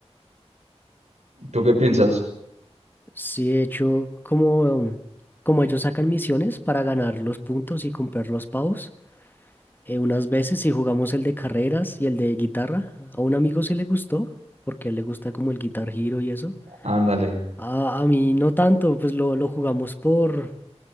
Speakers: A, on the right; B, on the left.
A: ¿Tú qué piensas?
B: Sí, de hecho, como, um, como ellos sacan misiones para ganar los puntos y comprar los pavos, eh, unas veces sí jugamos el de carreras y el de guitarra. A un amigo sí le gustó, porque a él le gusta como el Guitar Hero y eso.
A: Ándale.
B: A, a mí no tanto, pues lo, lo jugamos por,